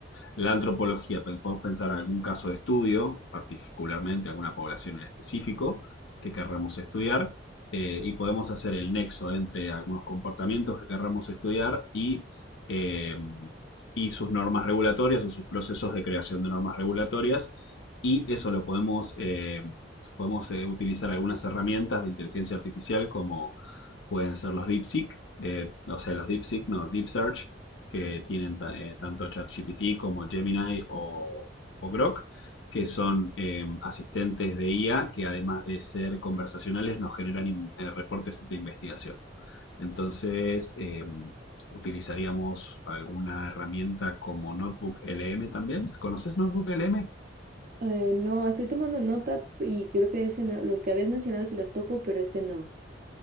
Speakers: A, on the left (about 70°); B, on the right (about 50°).
A: La antropología, pues, podemos pensar algún caso de estudio, particularmente alguna población en específico que querramos estudiar, eh, y podemos hacer el nexo entre algunos comportamientos que querramos estudiar y, eh, y sus normas regulatorias o sus procesos de creación de normas regulatorias, y eso lo podemos, eh, podemos eh, utilizar algunas herramientas de inteligencia artificial como pueden ser los DeepSeek, eh, o sea, los DeepSeek, no, Deep Search, que tienen ta- eh, tanto ChatGPT como Gemini o, o Grok, que son eh, asistentes de IA que además de ser conversacionales nos generan in- eh, reportes de investigación. Entonces, eh, utilizaríamos alguna herramienta como Notebook LM también. ¿Conoces Notebook LM?
B: Eh, no, estoy tomando nota y creo que ese no- los que habías mencionado sí los topo, pero este no.